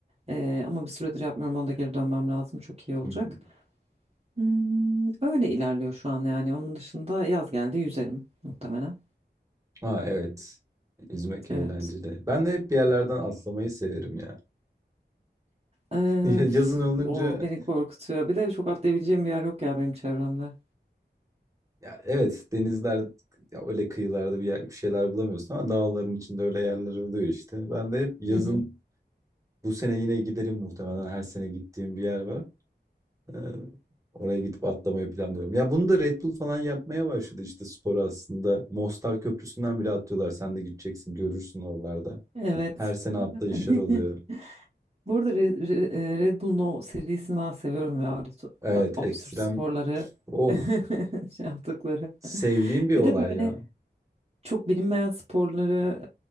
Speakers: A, on the right (about 35°); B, on the right (about 15°).
A: Ee, ama bir süredir yapmıyorum. Onda geri dönmem lazım. Çok iyi olacak.
B: hı hı.
A: Hmm, öyle ilerliyor şu an yani. Onun dışında yaz geldi yüzerim muhtemelen.
B: Ha evet. Yüzmek
A: Evet.
B: eğlenceli. Ben de hep bir yerlerden atlamayı severim ya.
A: Ee,
B: <laughs> Ya Yazın olunca
A: o beni korkutuyor. Bir de çok atlayabileceğim bir yer yok ya benim çevremde.
B: Ya evet denizler ya öyle kıyılarda bir yer, bir şeyler bulamıyorsun ama dağların içinde öyle yerler oluyor işte. Ben de hep yazın
A: Hı hı.
B: bu sene yine giderim muhtemelen her sene gittiğim bir yer var. Ee, oraya gidip atlamayı planlıyorum. Ya bunu da Red Bull falan yapmaya başladı işte sporu aslında. Mostar Köprüsü'nden bile atlıyorlar. Sen de gideceksin görürsün oralarda.
A: Evet.
B: Her sene
A: <laughs>
B: atlayışlar oluyor.
A: Bu arada Re- Re- e, Red Bull'un o serisini ben seviyorum ya. Öyle so-
B: Evet
A: a- Absürt
B: ekstrem
A: sporları
B: of
A: <laughs> şey yaptıkları.
B: sevdiğim bir
A: Bir
B: olay
A: de böyle
B: ya.
A: çok bilinmeyen sporları